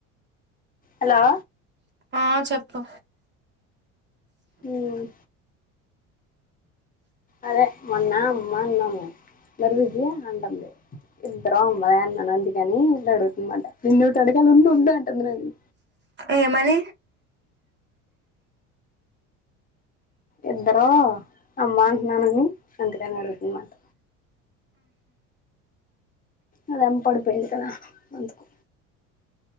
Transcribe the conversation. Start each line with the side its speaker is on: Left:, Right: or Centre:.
Left: హలో
Right: ఆ చెప్పు
Left: ఉమ్ అదే మొన్న అమ్మన్నాము <unintelligible> అంటంది. ఇద్ <unintelligible> కాని డగుతుందంట నిన్నోటి అడగాలి ఉండు ఉండు అంటుంది నన్ని
Right: ఏమని
Left: ఇద్దరో అమ్మా అంటున్నానని అంతకని అడుగుతుందంట అద ఎమ్మ పడు పోయిందు కద అందుకు